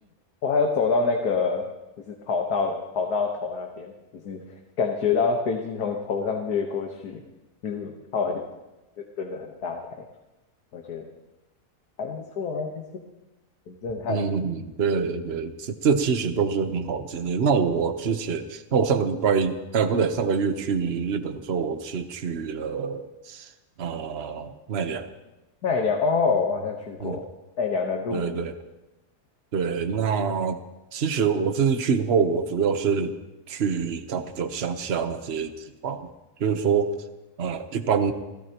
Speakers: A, on the left; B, on the right.
A: 我还有走到那个就是跑道跑道头那边，就是感觉到飞机从头上掠过去，就是靠很，就真的很大台，我觉得还不错，还不错，很震撼。
B: 嗯，对对对，这这其实都是很好的经验。那我之前，那我上个礼拜，呃，不对，上个月去日本的时候，我是去了呃奈良。
A: 奈良哦，我好像去过奈良的鹿
B: 嗯，对对对，那其实我这次去的话，我主要是去它比较乡下那些地方，就是说，呃，一般